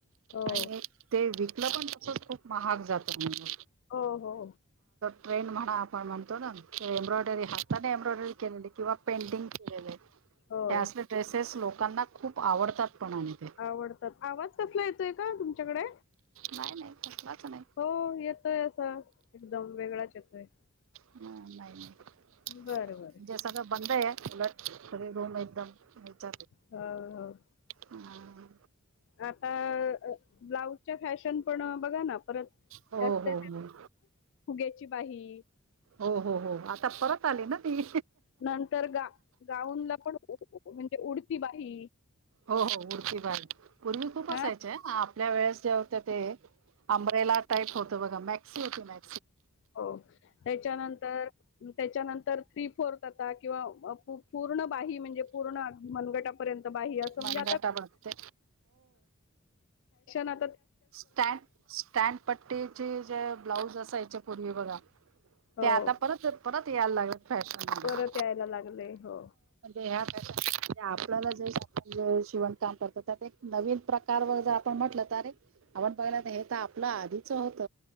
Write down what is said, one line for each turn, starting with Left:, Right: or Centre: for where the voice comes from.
Left: हो.
Right: आणि ते विकलं पण तसच खूप महाग जातं म्हण.
Left: हो हो.
Right: ट्रेंड म्हणा आपण म्हणतो ना एम्ब्रॉयडरी हाताने एम्ब्रॉयडरी केलेली किंवा पेंटिंग केलेले.
Left: होय
Right: हे असले ड्रेसेस लोकांना खूप आवडतात पणा आणि ते
Left: आवडतात आवाज कसला येतोय का तुमच्याकडे?
Right: नाही नाही कसलाच नाही
Left: हो येतोय असा एकदम वेगळाच येतोय.
Right: ह नाही नाही म्हणजे
Left: बरं बरं ठीक
Right: सगळं
Left: आहे.
Right: बंद आहे उलट सगळे रूम एकदम. विच
Left: हो हो
Right: हम.
Left: आता ब्लाउजच्या फॅशन पण बघा ना परत
Right: हो
Left: जास्त
Right: हो हो
Left: फुग्याची बाही.
Right: हो हो हो आता परत आले ना ती.
Left: नंतर गा गाऊनला पण म्हणजे उडती बाही.
Right: हो हो उरती पण पूर्वी खूप
Left: हा
Right: असायचे आपल्या वेळेस ज ते अंब्रेला टाईप होत बघा मॅक्सी होती मा
Left: हो त्याच्यानंतर त्याच्यानंतर ्री. फत किंवा पूर्ण बा म्हणजे पूर्ण मनगटा म्हण
Right: मनगटा बघते
Left: आ
Right: स्टँ स्टँड पट्टीची जे ब्लाऊज असायच्या पूर्वी बघा. ते
Left: हो
Right: आता परत परत यायला लागत फॅशन मध्ये.
Left: परत यायला लागले हो
Right: बस. आपल्याला जे शिवणकाम करतात त्यात एक नवीन प्रकार वगर आपण म्हटलं तर एक. आपण बघला हे तर आपलं आधीच होत